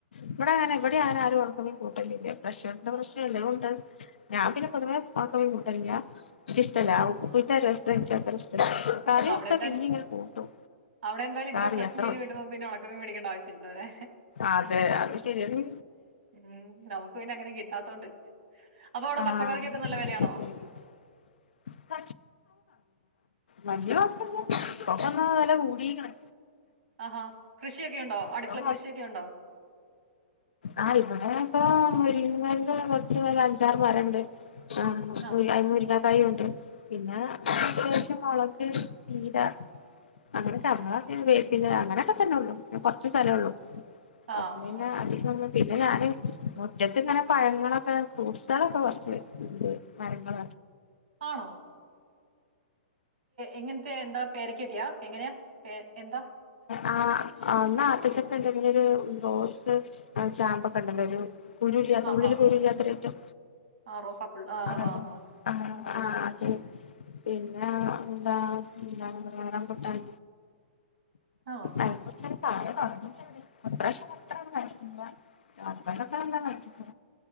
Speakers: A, on the left (about 85°); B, on the right (about 80°).
A: ഇവിടെ അങ്ങനെ ഇവിടെ ആരും ആരും ഒണക്ക മീൻ കൂട്ടലില്ല പ്രഷറിന്റെ
B: അ-
A: പ്രശ്നം ഇല്ലൊണ്ട് ഞാൻ പിന്നെ പൊതുവേ ഒണക്ക മീൻ കൂട്ടലില്ല ഇന്കി ഇഷ്ടല്ല ആ ഉപ്പിന്റ രസം ഇന്കി അത്ര ഇഷ്ടല്ല കറി
B: അവിടെ
A: വെച്ചാ
B: എന്തായാലും
A: പിന്നിം ഇങ്ങനേം കൂട്ടും
B: അവിടെ എന്തായാലും ഇത്ര
A: കറി
B: ഫ്രഷ്
A: അത്ര
B: മീൻ
A: ഉള്ളു
B: കിട്ടുമ്പോ പിന്നെ ഉണക്കമീ മേടിക്കണ്ട ആവശ്യം ഇല്ലല്ലേ
A: അതെ അത് ശെരിയാണ്
B: ഉം നമുക്ക് പിന്നെ അങ്ങനെ കിട്ടാത്തൊണ്ട് അപ്പൊ അവിടെ
A: ആഹ്
B: പച്ചക്കറിക്കൊക്കെ നല്ല വിലയാണോ
A: <unintelligible> വലിയ കുഴപ്പല്ല ഇപ്പൊക്കന്നാ വെല കൂടിക്ക്ണ്
B: ആഹാ കൃഷിയൊക്കെ ഉണ്ടോ അടുക്കള
A: ഇപ്പൊ
B: കൃഷിയൊക്കെ ഉണ്ടോ
A: ആ ഇവിടെ ഇപ്പൊ മുരിങ്ങല് കൊറച്ച് അഞ്ചാറ് വരണ്ട് ആഹ <unintelligible>
B: ആഹ്
A: കായുംണ്ട് പിന്നെ മുളക് ചീര അങ്ങനെ നമ്മളെ വേപ്പില അങ്ങനെയൊക്കെ തന്നൊള്ളൂ കുറച്ച് സ്ഥലൊള്ളു
B: ആഹ്
A: അത് പിന്നെ
B: ഓക്കെ
A: അധികം പിന്നെ ഞാന് മുറ്റത്ത് ഇങ്ങനെ പഴങ്ങളൊക്കെ ഫ്രൂട്ട്സാളൊക്കെ കുറച്ച് ഇണ്ട് മരങ്ങള
B: ആണോ എങ്ങനത്തെ എന്താ പേരക്കൊക്കെയാ എങ്ങനെയാ പ എന്താ
A: ആ ഒന്ന് ആത്തച്ചക്ക ഉണ്ടെങ്കില ഒരു റോസ് ചാമ്പക്ക ഇണ്ടല്ലോ ഒരു കുരു ഇല്ലാത്ത
B: ആഹാ
A: ഉള്ളില് കുരു ഇല്ലാത്തൊരയിറ്റം
B: ആ റോസാപ്പൂൾ ആഹ്
A: അതെ
B: ആഹ് ആഹ്
A: ആഹ
B: ഓക്കെ
A: ആഹ അതെ പിന്നെ എന്താ എന്താണ് പറയാ റംബൂട്ടാൻ
B: ഓഹ്
A: തന്നിട്ടുണ്ട് <unintelligible>